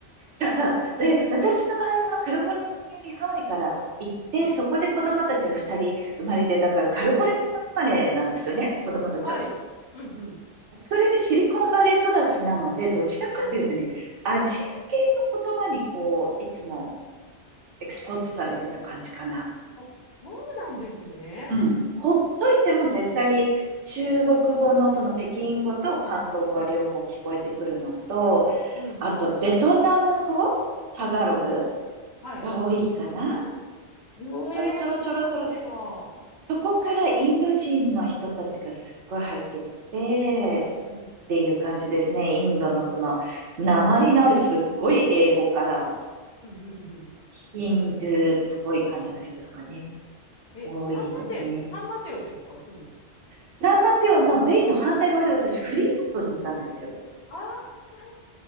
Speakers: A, on the right; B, on the left.
A: そうそう。で、私の場合はカリフォルニアにハワイから行って、
B: うん。
A: そこで子供たちが2人生まれて、だからカリフォルニア生まれなんですよね、子供たちは。
B: はい。うん、うん。
A: それでシリコンバレー育ちなので、どちらかというとね、
B: おー
A: アジア系の言葉にこう、いつもエクスポーズされてた感じかな。
B: お。あそうなんですね。
A: うん。ほっといても絶対中国語のその北京語と広東語は両方聞こえてくるのと、
B: うん。うん、
A: あとベトナム語、
B: うん。
A: タガログ
B: うん、うん。はい。
A: が多いかな。
B: ええ、
A: ちょろちょろちょろちょろ。
B: 知らなかった。うん、
A: そこからインド人の人たちがすっごい入ってきて、
B: うん。
A: っていう感じですね。インドのその、訛りのあるすっごい英語から、
B: うんうんうん。
A: ヒンドゥーっぽい感じの人とかね、
B: え、
A: 多いですね。
B: サンマテ、サンマテオですか住んでる。
A: サンマテオのベイの反対側で私、フリーモントに行ったんですよ。
B: ああー、なるほ